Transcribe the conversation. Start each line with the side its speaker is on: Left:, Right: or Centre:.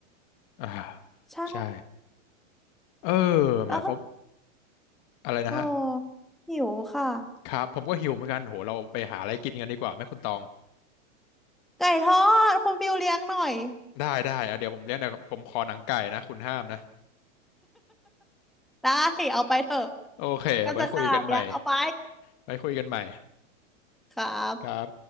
Left: อ่า
Centre: ใช่
Left: ใช่เออแหมเพราะ
Centre: แล้วก็
Left: อะไรนะฮะ
Centre: โอ้หิวค่ะ
Left: ครับผมก็หิวเหมือนกันโหเราไปหาอะไรกินกันดีกว่าไหมคุณตอง
Centre: ไก่ทอดคุณฟิวเลี้ยงหน่อย
Left: ได้ได้อ่ะเดี๋ยวผมเลี้ยงเดี๋ยวผมขอหนังไก่นะคุณห้ามนะ
Centre: ได้เอาไปเถอะ
Left: โอเคไว้คุยกันใหม่
Centre: ก็จะขนาดเนี้ยเอาไป
Left: ไว้คุยกันใหม่
Centre: ครับ
Left: ครับ